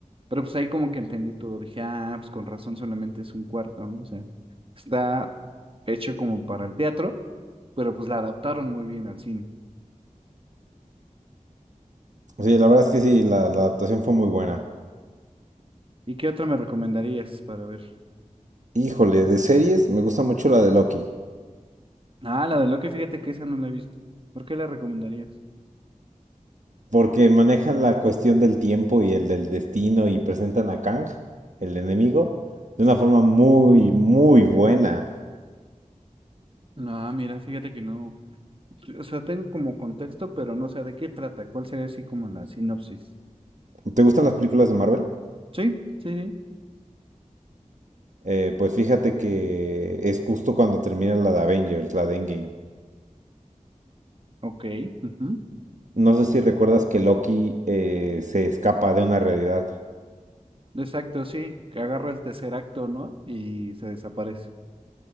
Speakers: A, on the right; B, on the right.
A: Pero pues ahí como que entendí todo. Dije, ah, pues con razón solamente es un cuarto, ¿no? O sea, está hecho como para el teatro, pero pues la adaptaron muy bien al cine.
B: Sí, la verdad es que sí, la, la adaptación fue muy buena.
A: ¿Y qué otra me recomendarías para ver?
B: Híjole, de series me gusta mucho la de Loki,
A: Ah, la de Loki, fíjate que esa no la he visto. ¿Por qué la recomendarías?
B: porque manejan la cuestión del tiempo y el del destino y presentan a Kang, el enemigo, de una forma muy, muy buena.
A: No, mira, fíjate que no. O sea, tengo como contexto, pero no sé de qué trata. ¿Cuál sería así como la sinopsis?
B: ¿Te gustan las películas de Marvel?
A: ¿Sí? Sí, sí.
B: Eh, pues fíjate que es justo cuando termina la de Avengers, la de Endgame.
A: Ok. Ujú.
B: No sé si recuerdas que Loki eh, se escapa de una realidad.
A: Exacto, sí. Que agarra el tercer acto, ¿no? Y se desaparece.